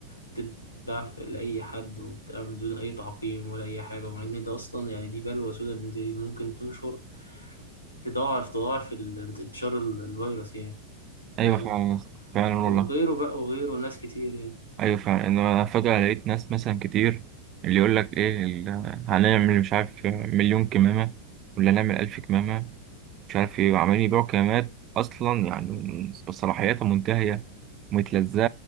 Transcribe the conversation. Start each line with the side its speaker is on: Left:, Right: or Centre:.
Left: بتتباع في- لأي حد وبتتعمل بدون أي تعقيم ولا أي حاجة ومع إن ده أصلا يعني دي بلوى سودا إن دي ممكن تنشر تضاعف تضاعف ال- انتشار ال- الفيروس يعني
Right: ايوه
Left: فاهم
Right: فعلا يا اسطى. فعلا والله
Left: وغيره بقى وغيره ناس كتير يعني
Right: ايوه فعلا ان انا فجاه لقيت ناس مثلا كتير اللي يقول لك ايه ال- هنعمل مش عارف مليون كمامه ولا نعمل الف كمامه مش عارف ايه وعمالين يبيعوا كمامات اصلا يعني بصلاحياتها منتهيه ومتلزقه